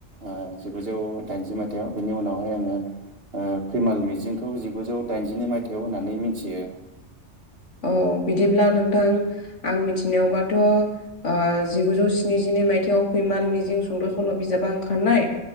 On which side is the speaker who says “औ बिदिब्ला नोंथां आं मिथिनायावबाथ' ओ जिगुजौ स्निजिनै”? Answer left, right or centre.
Left